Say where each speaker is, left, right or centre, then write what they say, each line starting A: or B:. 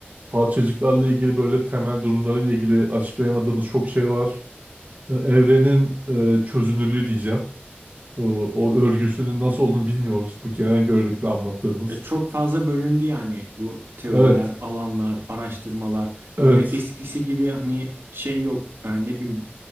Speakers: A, on the right; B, on the right.
A: Parçacıklarla ilgili böyle temel durumlarıyla ilgili açıklayamadığımız çok şey var. E, evrenin e, çözünürlüğü diyeceğim. E, o örgüsünün nasıl olduğunu bilmiyoruz. Bu genel görelilikle anlattığımız.
B: E, Çok fazla bölündü yani bu teoriler,
A: Evet,
B: alanlar, araştırmalar.
A: evet.
B: Böyle eskisi gibi hani şey yok. e, Ne bileyim